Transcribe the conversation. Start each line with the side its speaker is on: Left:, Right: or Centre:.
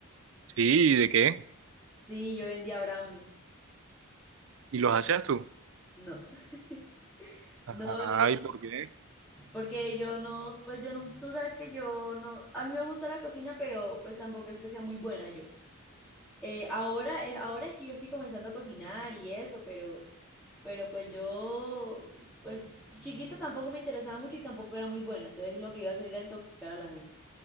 Right: Sí, ¿y de qué?
Centre: Sí, yo vendía brownies.
Right: ¿Y los hacías tú?
Centre: No, <laughs>
Right: Ajá,
Centre: no, no.
Right: ¿y por qué?
Centre: Porque yo no, pues yo no, tú sabes que yo no, a mí me gusta la cocina, pero pues tampoco es que sea muy buena yo. Eh, ahora, eh, ahora es que yo estoy comenzando a cocinar y eso, pero, pero pues yo, pues chiquita tampoco me interesaba mucho y tampoco era muy buena, entonces lo que iba a hacer era intoxicar a la gente.